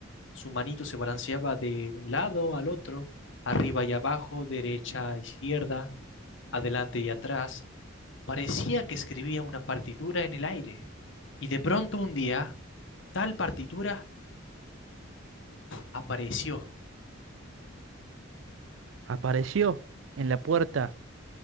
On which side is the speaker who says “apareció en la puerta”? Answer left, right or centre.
Right